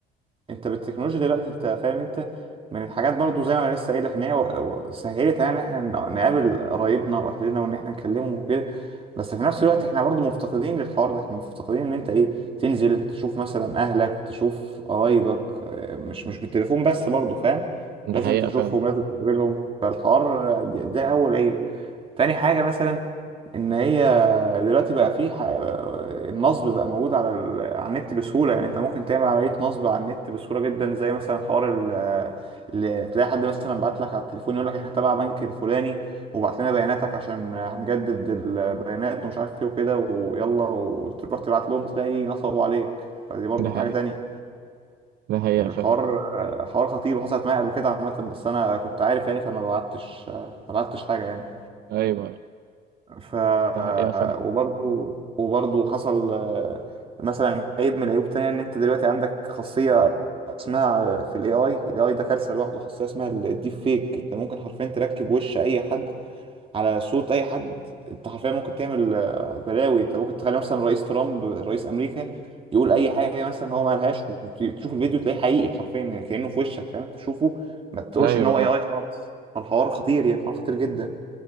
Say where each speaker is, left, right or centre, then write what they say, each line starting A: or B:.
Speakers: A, on the right (about 35°); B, on the right (about 70°).
A: انت بالتكنولوجيا دلوقتي انت فاهم انت من الحاجات برضو زي ما انا لسه قايل لك ان هي و- و- سهلت علينا ان احنا ن- نقابل قرايبنا واهلنا وان احنا نكلمهم وكده بس في نفس الوقت احنا برضو مفتقدين للحوار ده احنا مفتقدين ان انت ايه تنزل تشوف مثلا اهلك تشوف قرايبك اه، مش مش بالتليفون بس برضو فاهم
B: ده
A: لازم
B: حقيقة
A: تشوفهم
B: فعلا
A: لازم تقابلهم فالحوار ده, ده اول عيب تاني حاجة مثلا ان هي دلوقتي بقى فيه ح- النصب بقى موجود على ال... على النت بسهولة يعني انت ممكن تعمل عملية نصب على النت بسهولة جدا زي مثلا حوار ال... اللي تلاقي حد مثلا بعت لك على التليفون يقول لك احنا تبع بنك الفلاني وبعت لنا بياناتك عشان هنجدد البيانات ومش عارف ايه وكده ويلا وتروح تبعت لهم تلاقي نصبوا عليك فدي برضو
B: ده حقيقة
A: حاجة تانية
B: ده حقيقة
A: يعني
B: فعلا
A: الحوار حوار خطير وحصلت معايا قبل كده عامة بس انا كنت عارف يعني فما بعتش ما بعتش حاجة يعني
B: أيوه
A: ف
B: ده حقيقة فعلا
A: وبرضه وبرضه حصل آه، مثلا عيب من العيوب تانية ان انت دلوقتي عندك خاصية اسمها في الاي اي الاي اي ده كارثة لوحده خاصية اسمها الديب فيك انت ممكن حرفيا تركب وش اي حد على صوت اي حد انت حرفيا ممكن تعمل آه، بلاوي انت ممكن تخلي مثلا رئيس ترامب رئيس امريكا يقول اي حاجة مثلا هو ما قالهاش وتشوف الفيديو تلاقيه حقيقي حرفيا كأنه في وشك فاهم تشوفه ما تقولش
B: أيوه
A: ان هو اي
B: أيوه
A: اي خالص فالحوار خطير يعني الحوار خطير جدا